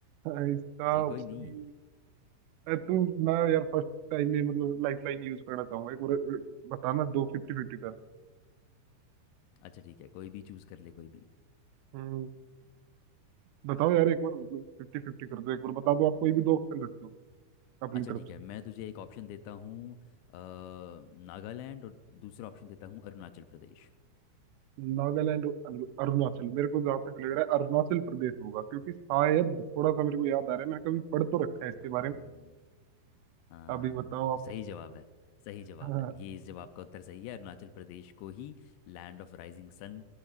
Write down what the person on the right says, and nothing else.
अ, इसका
ऑप्शन
तू मैं यार फर्स्ट टाइम में मतलब लाइफ लाइन यूज करना चाहूंगा एक बार अ, बताना दो फिफ्टी फिफ्टी कर
हम्म, बताओ यार एक बार मतलब फिफ्टी फिफ्टी कर दो एक बार बता दो आप कोई भी दो ऑप्शन रख दो अपनी
तरफ
नागालैंड और अरु- अरुणाचल मेरे को जहाँ तक लग रहा है अरुणाचल प्रदेश होगा क्योंकि शायद थोड़ा सा मेरे को याद आ रहा है मैंने कभी पढ़ तो रखा है इसके
बारे में
अभी बताओ आप
<laughs> हाँ